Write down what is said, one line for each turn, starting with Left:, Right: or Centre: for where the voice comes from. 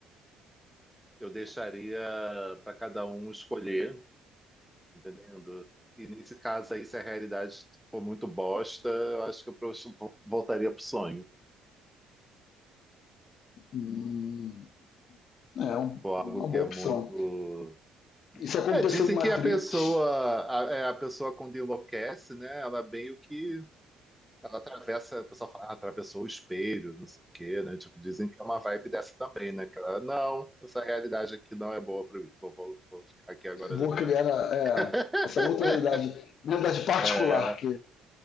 Centre: eu deixaria para cada um escolher entendendo? E nesse caso aí, se a realidade for muito bosta, eu acho que eu prosto- voltaria pro sonho.
Left: Hum, é um-
Centre: Ou algo
Left: uma
Centre: que
Left: boa
Centre: é muito.
Left: opção. Isso aconteceu
Centre: É, dizem
Left: em Matrix.
Centre: que a pessoa, a, é, a pessoa quando enlouquece, né? Ela meio que. Ela atravessa, o pessoal fala, ah, atravessou o espelho, não sei o quê, né? Tipo, dizem que é uma vibe dessa também, né? Que ela, não, essa realidade aqui não é boa pra mim. Vou, vou, vou ficar aqui agora
Left: Vou
Centre: na minha.
Left: criar a- é,
Centre: <laughs>
Left: essa outra realidade, uma realidade particular
Centre: É,
Left: que